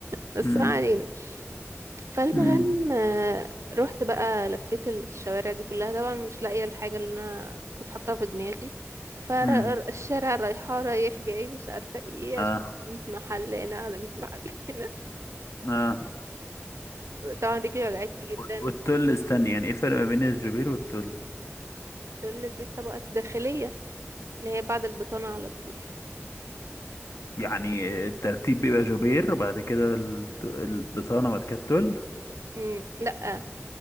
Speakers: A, on the right (about 80°); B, on the left (about 85°).
A: بس
B: امم
A: ما علينا فالمهم
B: امم
A: آه، رحت بقى لفيت الشوارع دي كلها طبعا مش لاقية الحاجة اللي انا كنت حاطاها في دماغي فالشارع
B: امم
A: رايحة رايح جاي مش عارفة ايه
B: اه
A: اشوف 100 محل هنا على 100 محل <laughs> هنا
B: اه
A: ف- طبعا رجلي وجعتني جدا
B: والتل استني يعني ايه الفرق ما بين الجوبير والتل
A: تقول دي الطبقة الداخلية اللي هي بعد البطانة على طول
B: يعني الترتيب بيبقى جوبير بعد كده الت- البطانة بعد كده التل
A: امم لا